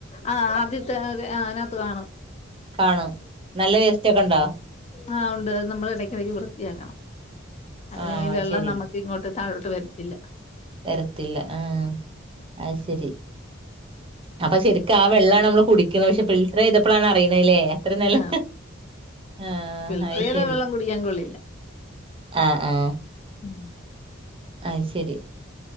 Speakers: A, on the left; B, on the right.
A: ആഹ് ആദ്യത്തെ അതിനകത്ത് കാണും
B: കാണോ നല്ല വേസ്റ്റൊക്കെണ്ടാ
A: ആ ഉണ്ട് അത് നമ്മള് എടയ്ക്കിടയ്ക്ക് വൃത്തിയാക്കണം അല്ലേ
B: ആ
A: ഈ വെള്ളം
B: ശരി
A: നമ്മക്കിങ്ങോട്ട് താഴോട്ട് വരത്തില്ല
B: വരത്തില്ല ആഹ് അത് ശരി അപ്പ ശരിക്കാ വെള്ളാ നമ്മള് കുടിക്ക്ണ പക്ഷെ ഫിൽറ്ററെയ്തപ്പളാണറിയണത് ല്ലേ അത്രെ നലെ
A: ആഹ്
B: ആ
A: ഫിൽട്ടർ
B: അയ്
A: ചെയ്ത
B: ശരി
A: വെള്ളം കുടിക്കാൻ കൊള്ളില്ല
B: അ അ
A: <inaudible>
B: അയ് ശരി